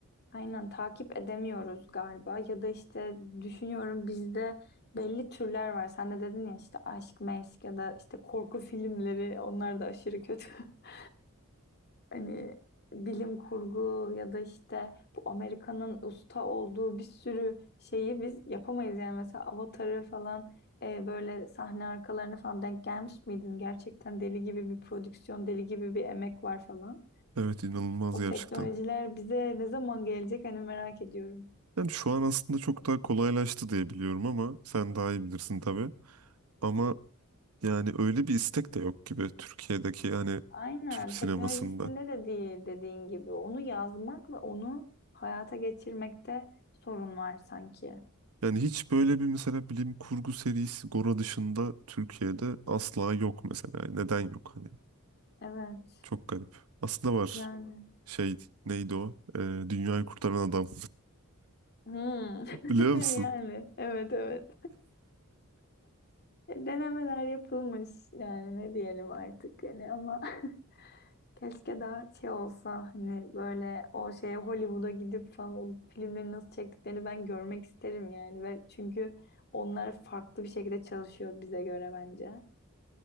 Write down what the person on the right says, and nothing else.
Evet inanılmaz
gerçekten.
Yani şu an aslında çok daha kolaylaştı diye biliyorum ama sen daha iyi bilirsin tabii. Ama yani öyle bir istek de yok gibi Türkiye'deki yani
Türk sinemasında.
Yani hiç böyle bir mesela bilim kurgu serisi Gora dışında Türkiye'de asla yok mesela. Yani Neden yok hani?
Çok garip. Aslında var.
Şey neydi o? Ee, Dünyayı Kurtaran Adam.
<laughs> Biliyor
musun?